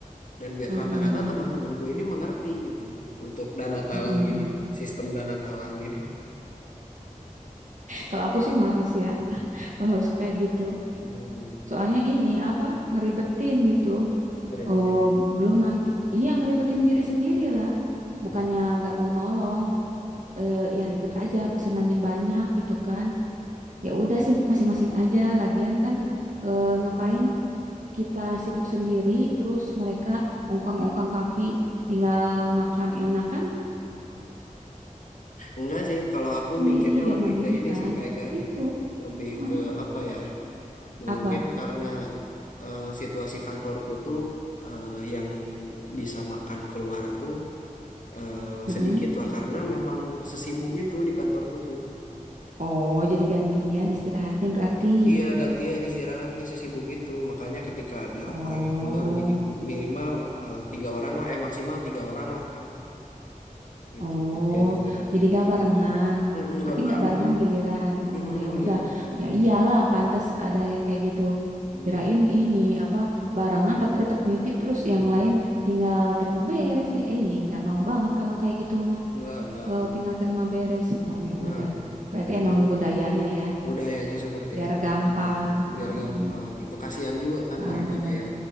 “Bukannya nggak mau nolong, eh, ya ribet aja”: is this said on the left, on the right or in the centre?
Right